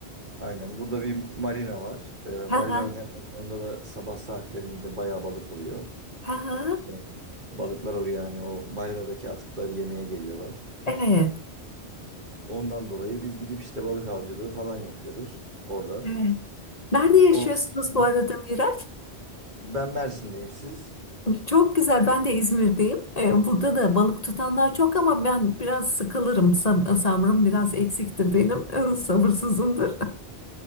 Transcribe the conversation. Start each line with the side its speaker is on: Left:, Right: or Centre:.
Right: Aynen. Burada bir marina var. Ee, marinanın
Left: ha ha
Right: hemen yanında da sabah saatlerinde bayağı balık oluyor.
Left: ha ha.
Right: Evet. Balıklar oraya yani o marinadaki atıkları yemeye geliyorlar.
Left: Evet,
Right: Ondan dolayı biz gidip işte balık avcılığı falan yapıyoruz orada.
Left: evet. Nerede yaşıyorsunuz
Right: Onun dışında
Left: bu arada Miraç?
Right: ben Mersin'deyim siz.
Left: Çok güzel. Ben de İzmir'deyim. Ee, burada da balık tutanlar çok ama ben biraz sıkılırım. Sab- Sabrım biraz eksiktir benim. <laughs> Sabırsızımdır. <laughs>